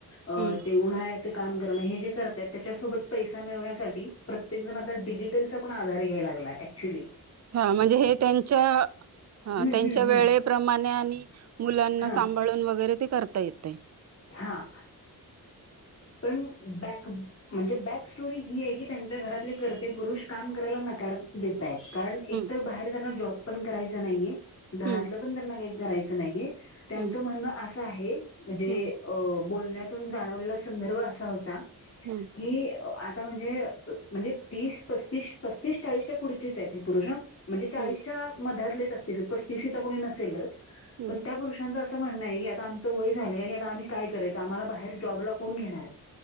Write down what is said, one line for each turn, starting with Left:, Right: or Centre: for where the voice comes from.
Left: अं
Right: हम्म
Left: ते उन्हाळ्याचं काम करणे, हे जे करताय त्याच्यासोबत पैसा मिळवण्यासाठी, प्रत्येक जण आता डिजिटलचा पण आधार घ्यायला लागला आहे, ऍक्च्युअली.
Right: हां म्हणजे हे त्यांच्या, हां
Left: हम्म
Right: त्यांच्या
Left: हम्म
Right: वेळे
Left: हम्म
Right: प्र माने, आणि मुलांना
Left: हा
Right: सांभाळून वगैरे ते करता येतय.
Left: हा पण बॅक म्हणजे बॅक स्टोरी ही आहे की, त्यांच्या घरातले कर्ते पुरुष काम करायला नकार देत तयात. कारण एकतर
Right: हम्म
Left: बाहेर त्यांना जॉब पण करायच नाहीये, घरातलं
Right: हम्म
Left: पण त्यांना काही करायचं नाहीये. त्यांच
Right: हम्म
Left: म्हणणं असं आहे, म्हणजे
Right: हम्म
Left: अं बोलण्यातून जाणवलेल अस संदर्भ असा होता
Right: हम्म
Left: की, आ आता म्हणजे-म्हणजे, अं म्हणजे तीस पस्तीस, पस्तीस चाळीसच्या पुढचेच आहेत, हे पुरुष हां म्हणजे चाळीसच्या
Right: हम्म
Left: मधातलेच असतील पस्तीशीचा कोणी नसेलच,
Right: हम्म
Left: पण त्या पुरुषांचा अस असं म्हणणं आहे, आता आमचं वय झालं आहे आणि आता आम्ही काय करायचं, आम्हाला बाहेर जॉबला कोण घेणार आहे?